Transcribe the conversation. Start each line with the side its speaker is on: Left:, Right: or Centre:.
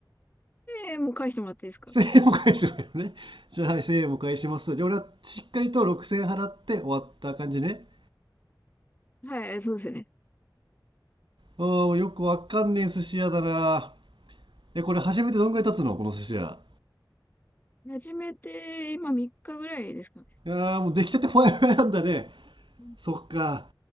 Left: えーもう返してもらっていいですか
Right: 1000円も返せばいいのね。じゃあはい、1000円も返します。じゃあ俺はしっかりと6000円払って終わった感じね。
Left: はい、そうですね。
Right: あーよくわかんねえ寿司屋だな。え、これ初めてどんぐらい経つのこの寿司屋。
Left: 始めて、今3日ぐらいですかね。
Right: いやーもう出来たてほやほやなんだね。
Left: うん
Right: そっか。